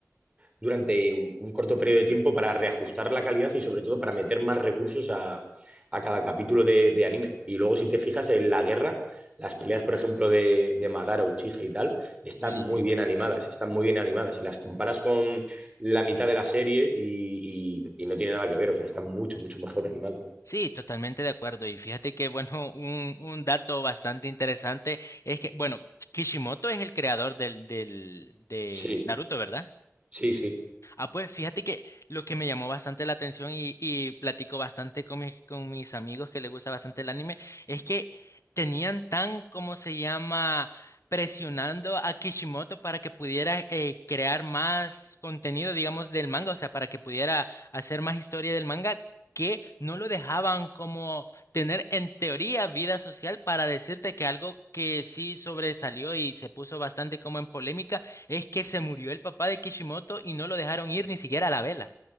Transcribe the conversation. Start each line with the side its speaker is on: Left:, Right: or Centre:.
Right: durante un, un corto periodo de tiempo para reajustar la calidad y sobre todo para meter más recursos a, a cada capítulo de, de, anime. Y luego si te fijas en la guerra, las peleas, por ejemplo, de, de Madara, Uchiha y tal, están
Left: Buenísima.
Right: muy bien animadas, están muy bien animadas. Si las comparas con la mitad de la serie y, y, y no tiene nada que ver, o sea, están mucho, mucho mejor animados.
Left: Sí, totalmente de acuerdo. Y fíjate que, bueno, un, un dato bastante interesante es que, bueno, Kishimoto es el creador del, del, de
Right: Sí,
Left: Naruto, ¿verdad?
Right: sí, sí.
Left: Ah, pues fíjate que lo que me llamó bastante la atención y, y platico bastante con, mis con mis amigos que les gusta bastante el anime es que tenían tan, ¿cómo se llama?, presionando a Kishimoto para que pudiera eh, crear más contenido, digamos, del manga, o sea, para que pudiera hacer más historia del manga, que no lo dejaban como tener en teoría vida social para decirte que algo que sí sobresalió y se puso bastante como en polémica es que se murió el papá de Kishimoto y no lo dejaron ir ni siquiera a la vela.